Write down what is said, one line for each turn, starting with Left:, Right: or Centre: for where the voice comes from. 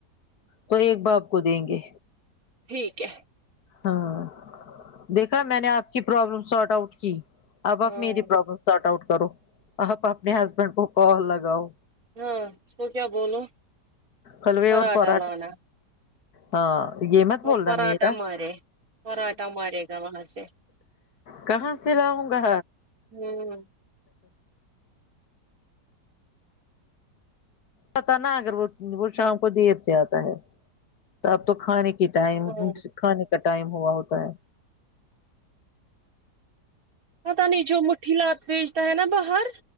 Left: تو ایک باپ کو دیں گے
Right: ٹھیک ہے
Left: ہاں دیکھا میں نے آپ کی پرابلم ساؤٹ آؤٹ کی اب
Right: ہاں
Left: آپ میری پرابلم ساؤٹ آؤٹ کرو آپ اپنے ہسبینڈ کو کال لگاؤ
Right: ہاں اس کو کیا بولوں
Left: حلوے
Right: پراٹھا
Left: اور پراٹھے
Right: لانا
Left: ہاں یہ مت بولنا
Right: پراٹھا
Left: میرا
Right: مارے پراٹھا مارے گا وہاں سے
Left: کہاں سے لاؤنگا
Right: ہوں
Left: پتا نا اگر وہ وہ شام کو دیر سے آتا ہے تو اب تو کھانے کی ٹائم
Right: ہاں
Left: س کھانے کا ٹائم ہوا ہوتا ہے
Right: پتا نہیں جو مٹھی لات بیچتا ہے نا باہر